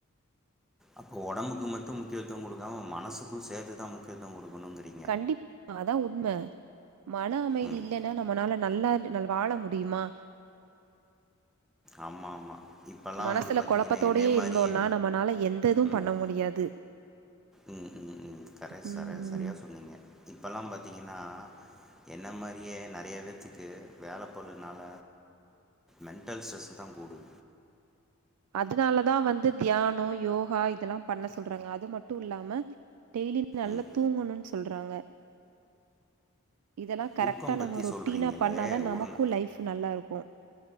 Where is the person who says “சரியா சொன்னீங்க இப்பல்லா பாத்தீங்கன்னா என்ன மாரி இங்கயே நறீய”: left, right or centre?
Centre